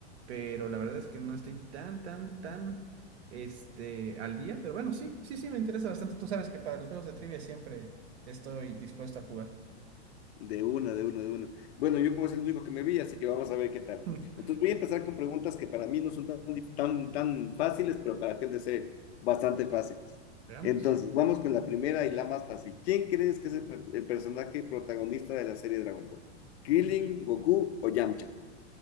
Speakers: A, on the right; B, on the left.
A: pero la verdad es que no estoy tan, tan, tan, este, al día, pero bueno, sí, sí, sí, me interesa bastante, tú sabes que para los juegos de trivia siempre estoy dispuesto a jugar.
B: De una, de una, de una. Bueno, yo como es el único que me vi, así que vamos a ver qué tal.
A: <laughs>
B: Entonces voy a empezar con preguntas que para mí no son tan, dif- tan, tan fáciles, pero para ti han de ser bastante fáciles.
A: Veamos.
B: Entonces, vamos con la primera y la más fácil. ¿Quién crees que es el, pre- el personaje protagonista de la serie Dragon Ball? ¿Krillin, Goku o Yamcha?